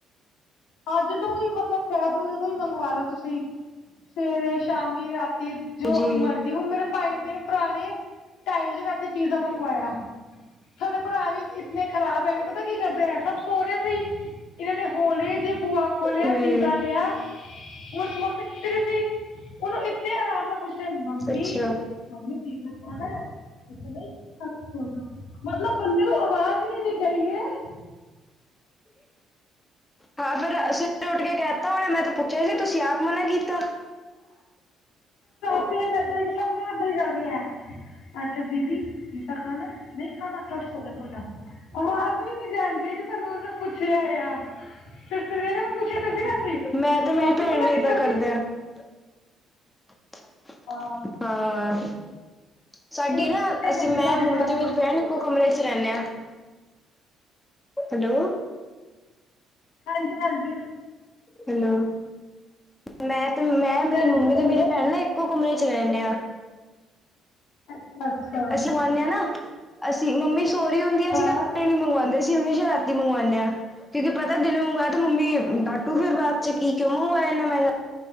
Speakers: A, on the left (about 75°); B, on the left (about 15°).
A: ਹਾਂ ਜਦੋਂ ਵੀ ਮਤਲਬ ਕਹਿ ਦੋ, ਜਦੋਂ ਵੀ ਮੰਗਵਾ ਲੋ ਤੁਸੀਂ। ਸਵੇਰੇ -ਸ਼ਾਮੀ, ਰਾਤੀ, ਜੋ
B: ਜੀ
A: ਮਰਜ਼ੀ ਹੁਣ ਮੇਰੇ ਭਾਈ ਮੇਰੇ ਭਰਾ ਨੇ, ਟਾਈ ਵਜੇ ਰਾਤੀ ਪੀਜ਼ਾ ਮੰਗਵਾਇਆ। ਸਾਡੇ ਭਰਾ ਵੀ ਈਤ ਇੰਤਨੇ ਖਰਾਬ ਹੈਗੇ, ਪਤਾ ਕੀ ਕਰਦੇ ਐ ਸੋਰੇ ਸੀ, ਇਹਨਾਂ ਨੇ ਹੋ ਲਏ ਜੇ ਬੂਆ ਖੋਲਿਆ,
B: ਹੂੰ
A: ਪੀਜ਼ਾ ਲਿਆ ਹੋਣ ਮੰਮੀ ਸੁੱਤੀ ਦੀ ਸੀ, ਉਹਨੂੰ ਇਤਨੇ ਆਰਾਮ ਨਾਲ ਪੁੱਛਰਾ ਐ, ਮੰਮੀ
B: ਅੱਛਾ
A: ਮੰਮੀ ਪੀਜ਼ਾ ਖਾਣਾ ਏ, ਨਹੀਂ ਖਾਣਾ, ਚਲੋ ਸੋ ਜੋ, ਮਤਲਬ ਬੰਦੇ ਨੂੰ ਆਵਾਜ਼ ਵੀ ਨਹੀਂ ਗਈ ਹੈ।
B: ਹਾਂ ਫੇਰ ਸਵੇਰੇ ਉੱਠ ਕੇ ਕਹਿਤਾ ਹੁਨੇ ਮੈਂ ਤੇ <unintelligible> ਪੁੱਛਿਆ ਸੀ ਤੁਸੀਂ ਆਪ ਮਨਾ ਕੀਤਾ।
A: ਸ ਸਭ ਨਾਲ ਇੱਦਾਂ ਹੀ ਕਰਦੇ ਆ, ਅੱਛਾ ਦੀਦੀ <unintelligible> ਪੀਜ਼ਾ ਖਾਨਾ ਨਹੀਂ ਖਾਨਾ ਚਲ ਸੋ ਜਾ ਸੋ ਜਾ ਅਵਾਜ਼ ਵੀ ਨਹੀਂ। ਜਾਂਦੀਆਂ ਕਿ ਤੁਹਾਨੂੰ ਉਹਨੂੰ ਪੁੱਛਿਆ ਆ ਤੇ ਸਵੇਰੇ ਮੈਂ ਪੁੱਛਿਆ ਤੇ ਸੀ ਰਾਤੀ,
B: ਮੈਂ ਤੇ
A: ਤੁ
B: ਮੇਰੀ
A: ਆਪੀ
B: ਭੈਣ
A: ਮਨਾ
B: ਵੀ ਏਦਾਂ
A: ਕੀਤਾ
B: ਕਰਦੇ
A: ਸੀ।
B: <inaudible> <inaudible>
A: ਹਾਂ।
B: ਹਾਂ, ਸਾਡੀ
A: ਇਹ
B: ਨਾ
A: ਮੈਂ ਤੇ
B: ਅਸੀਂ
A: ਕਰੀ
B: ਮੈਂ
A: ਤੁਹਾਡੇ
B: ਮੰਮੀ
A: ਬ੍ਰਦਰ
B: ਤੇ ਮੇਰੀ ਭੈਨ ਇਕੋ ਕਮਰੇ ਚ ਰਹਿੰਨੇ ਆ ਹੈਲੋ
A: ਹਾਂਜੀ-ਹਾਂਜੀ।
B: ਹੈਲੋ ਮੈਂ ਤੇ ਮੈਂ
A: ਹਾਂਜੀ
B: ਮੇਰੀ
A: ਹਾਂਜੀ
B: ਮੰਮੀ
A: ਬੋਲੋ
B: ਤੇ ਮੇਰੀ ਭੈਨ ਨਾ ਇੱਕੋ ਕਮਰੇ ਚ ਰਹਨੇ ਆ।
A: ਅੱਛਾ ਅੱਛਾ
B: ਅਸੀਂ ਮੰਗਾਨੇ ਹਾਂ ਨਾ ਅਸੀਂ ਮੰਮੀ ਸੋ ਰੀ ਹੁੰਦੀ ਆ
A: ਹਾਂ
B: ਅਸੀਂ ਕਦੇ ਨਹੀਂ ਮੰਗਵਾਂਦੇ ਅਸੀਂ ਹਮੇਸ਼ਾ ਰਾ ਮੰਗਵਾਨੇ ਆ ਕਿਉਂਕਿ ਪਤਾ ਦਿਨੇ ਮੰਗਵਾਇਆ ਤੇ ਮੰਮੀ
A: ਅੱਛਾ
B: ਡਾਟੂ ਫਿਰ ਬਾਅਦ ਚ ਕੀ ਕਿਉਂ ਮੰਗਵਾਇਆ ਏਨਾ ਮਹਿੰਗਾ।